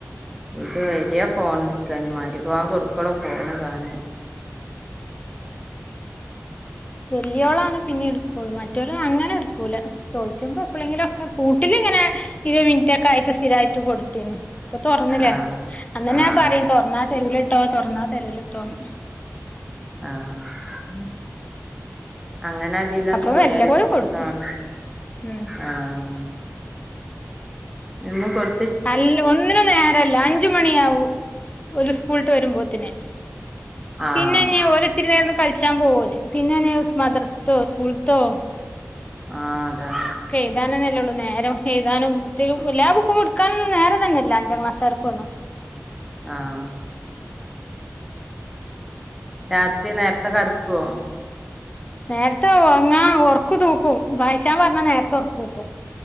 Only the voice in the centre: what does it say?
ഇത് വെരാ ഫോണ് എട്ക്കാ ഞ് മഹരി ബാങ്ക് കൊടു ക്കളു ഫോണ്കാണാ
ആഹ്
ആഹ്
ആഹ്
ആഹ് അങ്ങനെ അതിലാണ്
പോയാലേ
ഫോണ്
കാണ്
ആഹ് നിന്ന് കൊടു
ആഹ്
ആഹ് അതാണ്
ആഹ് രാത്രി നേരത്തെ കെടക്കോ?